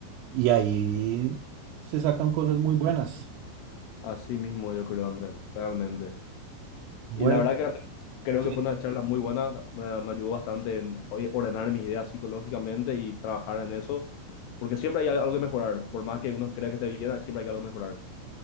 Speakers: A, on the right; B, on the left.
A: y ahí se sacan cosas muy buenas.
B: Así mismo yo creo, Andrés, realmente.
A: Bueno,
B: Y la verdad que Andrés, creo
A: sí,
B: que fue una charla muy buena, me, me ayudó bastante en oye, ordenar mis ideas psicológicamente y trabajar en eso, porque siempre hay algo que mejorar, por más que uno crea que esté bien, siempre hay algo que mejorar.